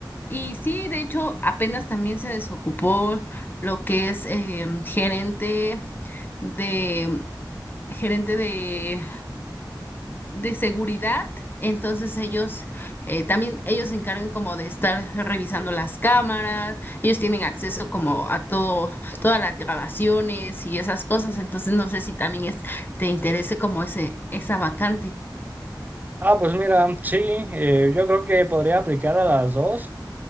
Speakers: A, on the left (about 25°); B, on the right (about 25°).
A: Y sí, de hecho, apenas también se desocupó lo que es eh, gerente de gerente de, de seguridad. Entonces ellos eh, también ellos se encargan como de estar revisando las cámaras, ellos tienen acceso como a todo, todas las grabaciones y esas cosas. Entonces no sé si también es, te interese como ese, esa vacante.
B: Ah, pues mira, sí, eh, yo creo que podría aplicar a las dos